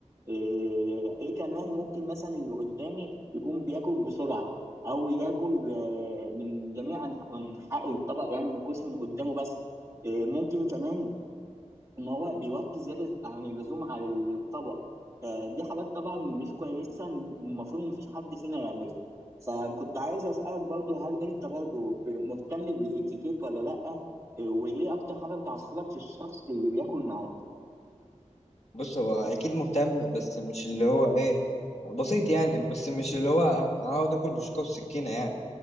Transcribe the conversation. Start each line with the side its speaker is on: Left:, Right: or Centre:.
Right: ايه, إيه كمان ممكن مثلا اللي قدامي يكون بياكل بسرعه او ياكل آه، من جميع أنح- انحاء الطبق يعني ما ياكلش من قدامه بس إيه، ممكن كمان ما هو بيوطي زيادة عن اللزوم على الطبق فدي حاجات طبعا مش كويسة المفروض مفيش حد فينا يعملها فكنت عايز أسألك برضو هل أنت برضو ب- مهتم بالإتيكيت ولا لأ آه، وإيه أكتر حاجة بتعصبك في الشخص اللي بياكل معاك؟
Left: بص هو اكيد مهتم بس مش اللي هو ايه بسيط يعني بس مش اللي هو هقعد اكل بشوكه وسكينه يعني